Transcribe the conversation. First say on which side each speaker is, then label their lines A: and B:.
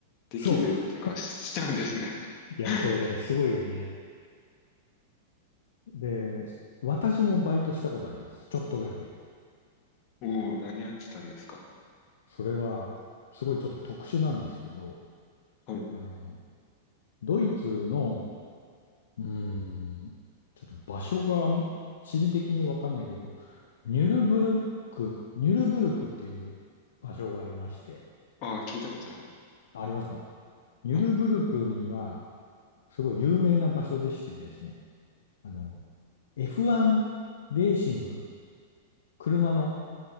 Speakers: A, on the left; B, on the left.
A: できるっていうか、
B: そ
A: し、しちゃうんですね。
B: う。<laughs> いや、
A: <laughs>
B: そう、だからすごいよね。で、私もバイトしたことあります。ちょっとだけ。
A: おお、何やってたんですか
B: それは、すごいちょっと特殊なんですけど、
A: はい。
B: あの、ドイツのうーん。ちょっと場所があん地理的にわかんないけど、ニュルブルク、ニュルブルクっていう場所がありまして、
A: ああ、聞いたことあります。
B: あありますかニュルブルクには、
A: はい。うん
B: すごい有名な場所でしてですね、あの、F1 レーシング、車の